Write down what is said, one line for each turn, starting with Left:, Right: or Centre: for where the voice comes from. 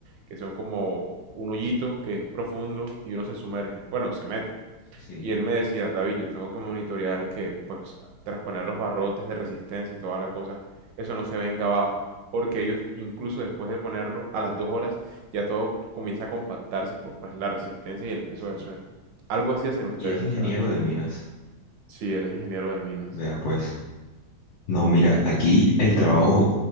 Right: que son como un hoyito que es profundo y uno se sumerge. Bueno, se mete.
Left: Sí,
Right: Y él me decía, David, yo tengo que monitorear que, pues, tras poner los barrotes de resistencia y toda la cosa, eso no se venga abajo. Porque ellos, incluso después de ponerlo, a las dos horas, ya todo comienza a compactarse por, pues, la resistencia y el peso del
Left: sí.
Right: suelo. Algo así hacen ustedes,
Left: Y es ingeniero
Right: o sea,
Left: de minas.
Right: sí, él es ingeniero de minas.
Left: Vea pues. No, mira, aquí el trabajo